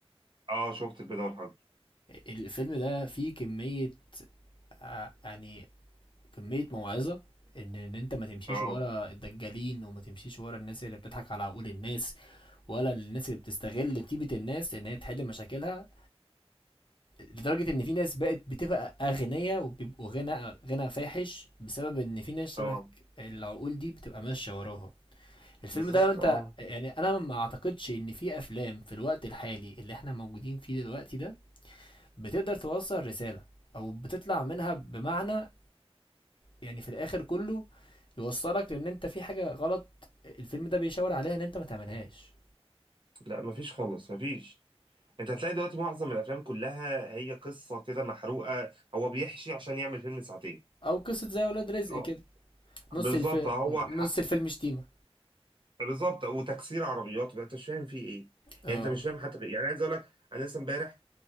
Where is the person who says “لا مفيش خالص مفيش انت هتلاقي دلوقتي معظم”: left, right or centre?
Right